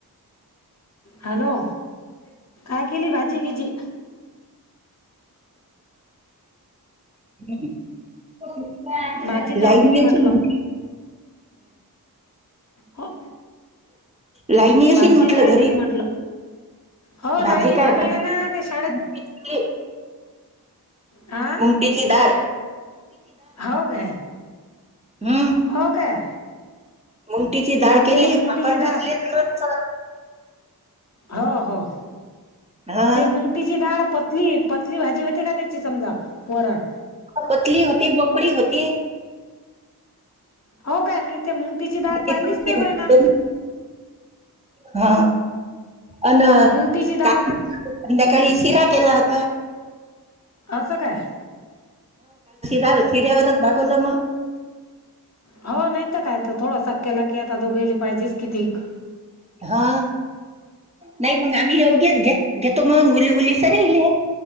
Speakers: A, on the left; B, on the right.
A: हॅलो. टाकली भाजी कि जी.
B: <unintelligible>
A: भाजी काय
B: <inaudible> लाईन
A: केली म्हटलं
B: हम्म
A: हो
B: लाईन येशील
A: भाजी
B: म्हटलं
A: काय केली
B: घरी
A: म्हटलं? हो
B: भाजी
A: लाईनी
B: काय
A: घरी
B: भाजी
A: आहे ना ते शाळेत
B: मुंगटीची केली,
A: हा
B: मुंगटीची धाळ
A: हो काय
B: हं,
A: हो काय
B: मुंगटीची डाळ
A: अन
B: केली
A: ते मुंगटीची
B: पापड
A: डाळ
B: भाजली़ लोणचं
A: हो हो
B: हं,
A: ते मुंगतीची डाळ पतली पतली भाजी होते का त्याची समजा वरण
B: पतली होती बकडी होती
A: हो काय मी ते मुंगटीची डाळ
B: मध्ये
A: पाहिलीच
B: पक्की
A: नाही
B: होती
A: बहिना
B: हा. अन
A: मुंगटीची डाळ
B: काय
A: म्हट
B: संध्याकाळी शिरा केला होता
A: असं काय?
B: रा सिऱ्यावरच भागवलं मग
A: हो नाही काय थोडं खक्याला की आता दोघैली पाहिजे कितीक
B: हा नाही मग आम्ही जाऊत घेत घेतो मग मुली उली सरीली